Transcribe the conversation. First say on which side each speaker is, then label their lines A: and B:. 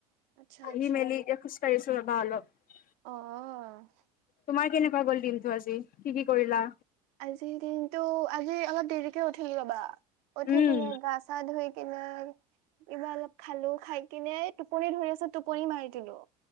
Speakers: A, on the right; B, on the left.
A: আচ্ছা
B: আহি
A: আচ্ছা।
B: মেলি এতিয়া খোজ কাঢ়িছো। <unintelligible>
A: অ'।
B: তোমাৰ কেনেকুৱা গল দিনটো আজি কি কি কৰিলা?
A: আজিৰ দিনটো আজি অলপ দেৰিকে উঠিলো ৰবা উঠি
B: উম
A: কিনে গা চা ধুই কিনে কিবা অলপ খালো খাই কিনে টোপনি ধৰি আছে টোপনি মাৰি দিলো।